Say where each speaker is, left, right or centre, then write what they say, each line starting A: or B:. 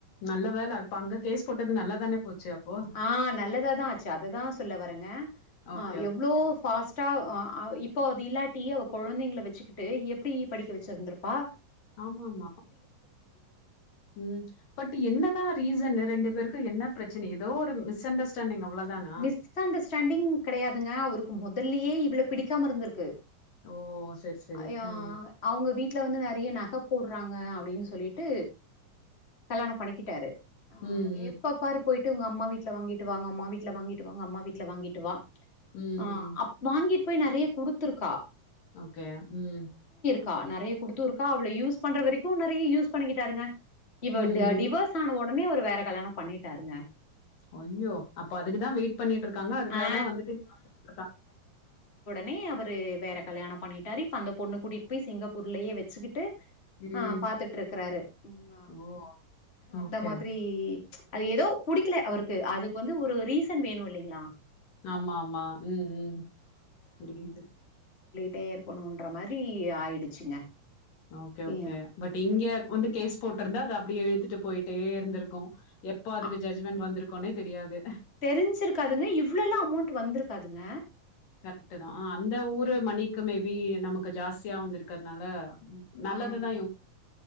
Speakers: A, on the left (about 75°); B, on the left (about 20°).
A: நல்ல வேலை இப்ப அங்க கேஸ் போட்டது நல்லாதானே போச்சு அப்போ?
B: ஆஹ் நல்லதாதான் ஆச்சு அததான் சொல்ல வரங்க
A: ஓகே,
B: ஆஹ்
A: ஓகே.
B: எவ்வளோ ஃபாஸ்டா இப்போ அது இல்லாட்டி அவ குழந்தைங்க வச்சுக்கிட்டு எப்படி படிக்க வச்சிருந்தருப்பா
A: ஆமாமா உம் பட் என்னதான் ரீசன் ரெண்டு பேருக்கு என்ன பிரச்சனை ஏதோ ஒரு மிஸ் அண்டர்ஸ்டாண்டிங் அவ்ளோதானா?
B: மிஸ் அண்டர்ஸ்டாண்டிங் கிடையாதுங்க அவரு முதல்லயே இவ்ள பிடிக்காம இருந்திருக்கு
A: ஓ! சரி, சரி.
B: அயோ
A: ம்.
B: அவங்க வீட்டுல வந்து நெறய நக போடுறாங் க அப்டின்னு சொல்லிட்டு கல்யாணம் பண்ணிக்கிட்டாரு ஆவ்
A: ம், ம்.
B: எப்ப பாரு போய்ட்டு ஒங்க அம்மா வீட்ல வாங்கிட்டு வா ஒங்க அம்மா வீட் ல வாங்கிட்டு வா ஒங்க அம்மா வீட்டுல வாங்கிட்டு வா
A: ம்,
B: ஆஹ்
A: ம்.
B: அப் வாங்கிட் போய் நெறைய குடுத்துருக்கா
A: ஓகே உம்
B: கா நெறைய குடுத்து இருக்கா அவள யூஸ் பண்ற வரைக்கு நெறைய யூஸ் பண்ணிக்கிட்டாருங்க இவ
A: ம்,
B: ட
A: ம்.
B: டிவோஸ் ஆன ஒ டனே அவரு வேற கல்யாணம் பண்ணிட்டாருங்க
A: அய்யோ அப்ப அதுக்குதா வெயிட் பண்ணிட்டு இருக்காங்க அதுக்காகதா
B: ஆ
A: வந்துட்டு <inaudible> ட்ருக்கா
B: னே அவரு வேற கல்யாணம் பண்ணிட்டாரு இப்ப அந்த பொண்ணு கூட்டிக்கிட் போய் சிங்கப்பூர்லயே வச்சுக்கிட்டு
A: ம்.
B: ஆஹ் பாத்துட்டு இருக்கறாரு ம்மா
A: ஓ!
B: அந்த
A: ஓகே.
B: மாதிரி அது எதோ புடிக்கல அவருக்கு அதுக்கு வந்து ஒரு ரீசன் வேணு இல்லைங்களா
A: ஆமா ஆமா உம் உம் புரியுது
B: டே இருக்கனுன்ற மாரி ஆயிடுச்சுங்க
A: ஓகே ஓகே
B: எ
A: பட் இங்கே வந்து கேஸ் போட்டிருந்தா அது அப் ப்டி இழுத்துட்டு போயிட்டே இருந்திருக்கு எப்போ அதுக்கு
B: அ
A: ஜஜ்மெண்ட் வந்துருக் குனே தெரியாது
B: தெரிஞ்சிருக்காதுங்க இவ்ளோலா அமௌண்ட் வந்துருக்காதுங்க
A: கரெக்ட்தா அந்த ஊரு மணிக்கு மேபி நமக்கு ஜாஸ்தியா வந்துருக்கற்னால நல்லதுதா
B: ஆம்
A: <inaudible>